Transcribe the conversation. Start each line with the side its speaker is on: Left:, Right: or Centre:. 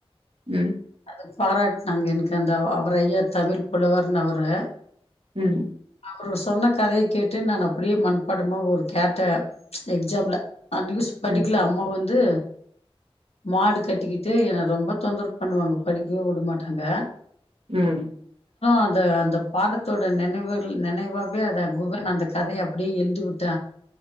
Right: ம்
Left: அது பாராட்னாங்க எனக்கு அந்த அவர் ஐயா தமிழ் புலவர்ன்னு அவரு
Right: ம்
Left: அவரு சொன்ன கதய கேட்டு நா அப்டியே மனபாடமா ஒரு கேட்ட எக்ஸாம்ல அன் நியூஸ் படிக்கல
Right: ம்
Left: அம்மா வந்து மாடு கட்டிக்கிட்டு என ரொம்ப தொந்தரவு பண்ணுவாங்க படிக்கவே உட மாட்டாங்க
Right: ம்
Left: அது அந்த பாடத்தோட நினைவு நினைவாவே அ குகன் அந்த கதய அப்டியே எழுதிவுட்ட